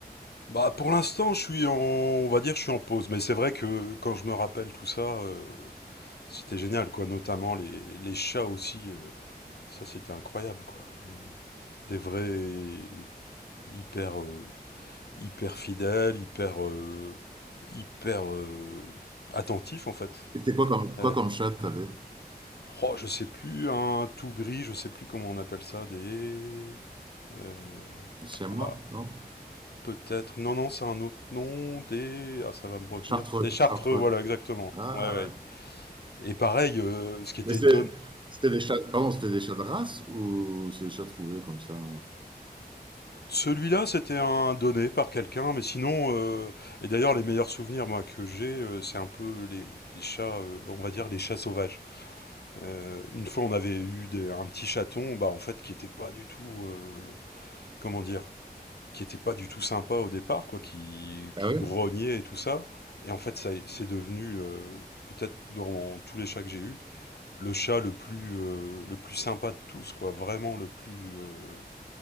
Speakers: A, on the left; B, on the right.
A: Bah pour l'instant, je suis en, on va dire, je suis en pause. Mais c'est vrai que quand je me rappelle tout ça, euh, c'était génial, quoi. Notamment les, les chats aussi, euh, ça c'était incroyable, quoi. Euh, Des vrais hyper euh, hyper fidèles, hyper euh, hyper euh, attentifs en fait.
B: Et c'était quoi comme,
A: Ouais.
B: quoi comme chat t'avais?
A: Oh, je sais plus un tout gris, je sais plus comment on appelle ça, des euh,
B: Siamois,
A: ah,
B: non?
A: Peut-être. Non, non, c'est un autre nom. Des. Ah, ça va me revenir.
B: Chartreux,
A: Des Chartreux,
B: chartreux.
A: voilà, exactement.
B: Ah
A: Ouais, ouais.
B: ouais.
A: Et pareil, euh, ce qui était
B: Mais c'est-
A: étonnant.
B: c'était des chats, pardon, c'était des chats de race ou c'est des chats trouvés comme ça?
A: Celui-là, c'était un donné par quelqu'un, mais sinon, euh, et d'ailleurs, les meilleurs souvenirs moi que j'ai, euh, c'est un peu les, les chats, euh, on va dire les chats sauvages. Euh, une fois, on avait eu des- un petit chaton, bah en fait, qui était pas du tout, euh, comment dire, qui était pas du tout sympa au départ, quoi, qui, qui
B: Ah oui
A: grognait et tout ça. Et en fait, ça c'est devenu, euh, peut-être dans tous les chats que j'ai eus, le chat le plus, euh, le plus sympa de tous, quoi. Vraiment le plus, euh,